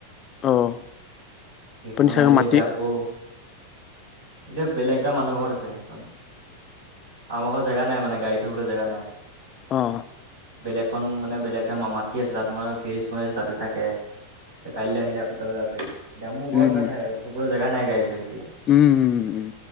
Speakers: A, on the left (about 30°); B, on the right (about 75°).
A: অ'।
B: সেইকেইখন
A: আপুনি চাগে
B: আহিলে
A: মাটি
B: এতিয়া আকৌ এতিয়া বেলেগ এটা মানুহৰ ঘৰত আছে সেইখন। আমাৰ ঘৰত জেগা নাই মানে গাডী থবলৈ জেগা নাই।
A: অ'।
B: বেলেগন মানে বেলেগ মাটি আছে তাত মই গেৰিছ মাৰি আছোঁ তাতে থাকে। এতিয়া কাইলৈ আহিলে আকৌ তালৈ যাব পাৰিম, এতিয়া মোৰ ঘৰত
A: উম,
B: মানে সকলো জেগা নাই গাড়ীবিলাক এতিয়া।
A: উম, উম, উম,